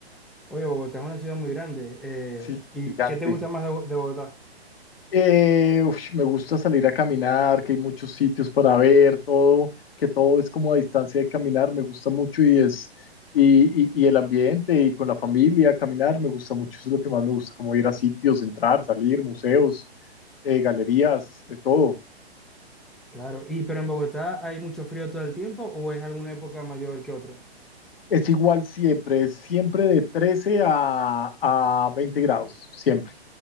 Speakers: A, in the centre; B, on the left.
A: Oye, Bogotá es una ciudad muy grande, eh,
B: Sí,
A: ¿y
B: gigante.
A: qué te gusta más de Bo- de Bogotá?
B: Eh, uf, me gusta salir a caminar, que hay muchos sitios para ver, todo, que todo es como a distancia de caminar. Me gusta mucho y es, y, y, y el ambiente y con la familia, caminar, me gusta mucho. Eso es lo que más me gusta, como ir a sitios, entrar, salir, museos. eh, galerías, de todo.
A: Claro, y pero en Bogotá hay mucho frío todo el tiempo o es alguna época mayor que otra?
B: Es igual siempre, es siempre de 13 a, a 20 grados, siempre.